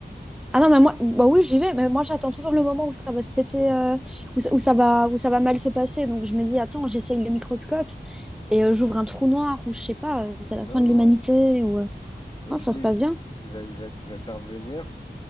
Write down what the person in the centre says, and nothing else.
Ah non, mais moi, bah oui, j'y vais, mais moi j'attends toujours le moment où ça va se péter, euh, où, ça, où ça va, où ça va mal se passer. Donc je me dis, attends, j'essaye le microscope et euh, j'ouvre un trou noir ou je sais pas, euh, c'est la
fin de l'humanité
ou. euh,
Non,
ça
se
passe bien.